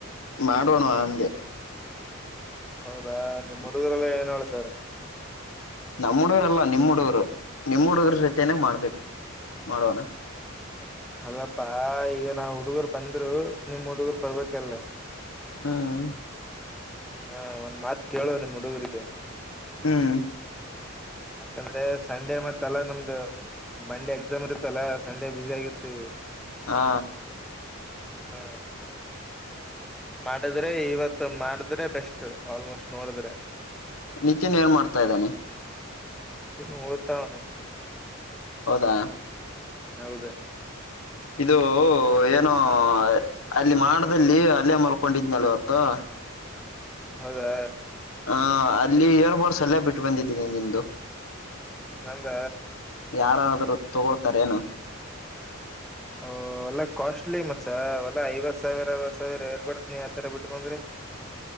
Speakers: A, on the left; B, in the centre.
A: ಮಾಡವಣಂದೆ
B: ಹೌದಾ ನಿಮ್ಮ್ ಹುಡುಗರೆಲ್ಲ ಏನ್ ಹೇಳ್ತಾರೆ
A: ನಮ್ಮ್ ಹುಡುಗರಲ್ಲ ನಿಮ್ಮ್ ಹುಡುಗರು ನಿಮ್ಮ್ ಹುಡುಗರ ಜೊತೇನೆೇ ಮಾಡ್ಬೇಕು ಮಾಡೋಣ
B: ಅಲ್ಲಪ್ಪಾ ಈಗ ನಾ ಹುಡುಗರ್ ಬಂದ್ರು ನಿಮ ಹುಡುಗರ್ ಬರ್ಬೇಕಲ್ಲ
A: ಹ್ಮ್
B: ಹಾ ಒಂದ್ ಮಾತ್ ಕೇಳುವ ನಿಮ್ ಹುಡುಗರಿಗೆ
A: ಹ್ಮ್
B: ಯಾಕಂದ್ರೆ ಸಂಡೆ ಮತ್ತ್ತ ಅಲ್ಲಾ ನಮ್ದು ಮಂಡೆ ಎಕ್ಸಾಮ್ ಇರ್ತ್ತಲ್ಲಾ ಸಂಡೇ ಬ್ಯುಸ ಆಗಿರ್ತೀವಿ
A: ಹಾ
B: ಹಾ ಮಾಡಿದ್ರೆ ಇವತ್ತು ಮಾಡ ಆದ್ರೆ ಬೆಸ್ಟ್ ಆಲ್ಮೋಸ್ಟ್ ನೋಡಿದ್ರೆ
A: ನಿತ್ಯನ್ ಏನ್ ಮಾಡ್ತಾ ಇದ್ದಾನೆ
B: ನ್ನು ಹೊತಾವನೆ
A: ಹೌದಾ
B: ಹೌದು
A: ಇದು ಏನೋ ಅಲ್ಲಿ ಮಾಡದಲ್ಲಿ ಅಲ್ಲೇ ಮಲ್ಕೊಂಡಿದ್ನಲ್ ಇವತ್ತು
B: ಹೌದಾ
A: ಹ ಅಲ್ಲಿ ಇಯರ್ ಬೋಡ್ಸ್ ಎಲ್ಲ ಬಿಟ್ಟು ಬಂದಿದ್ದೀನಿ ನಿಮ್ದು
B: ಹಂಗ
A: ಯಾರನಾದ್ರು ತಗೊಳ್ತಾರ ಏನು
B: ಓ ಎಲ್ಲಾ ಕಾಸ್ಟ್ಲಿ ಮಚ್ಚ ಎಲ್ಲಾ ಐವತ್ ಸಾವಿರ ಅರವತ್ ಸಾವಿರ ಏರ್ ಬಡಸ್ನ ಆತರ ಬಿಟ್ಟ ಬಂದ್ರಿ ಹ್ಮ್ಮ್.